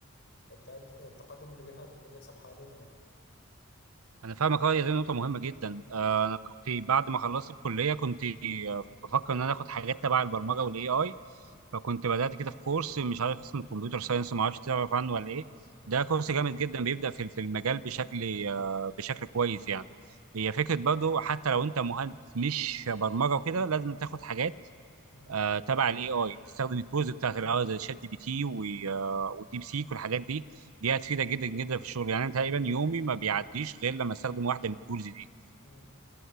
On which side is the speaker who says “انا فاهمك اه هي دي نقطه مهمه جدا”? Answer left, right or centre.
Right